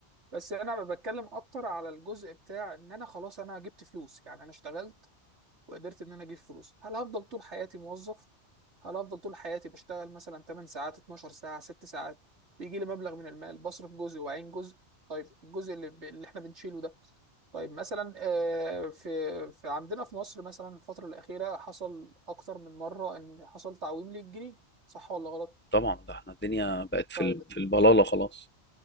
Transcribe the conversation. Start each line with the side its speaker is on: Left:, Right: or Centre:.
Right: بس انا بتكلم اكتر على الجزء بتاع ان انا خلاص انا جبت فلوس يعني انا اشتغلت وقدرت ان انا اجيب فلوس هل هفضل طول حياتي موظف هل هفضل طول حياتي بشتغل مثلا 8 ساعات 12 ساعة 6 ساعات بيجي لي مبلغ من المال بصرف جزء وعين جزء طيب الجزء اللي, ب... اللي احنا بنشيله ده طيب مثلا آه، في... في عندنا في مصر مثلا الفترة الأخيرة حصل أكتر من مرة إن حصل تعويم للجنيه صح ولا غلط؟
Left: طبعا ده احنا الدنيا بقت في
Right: طيب
Left: ال- في البلاله خلاص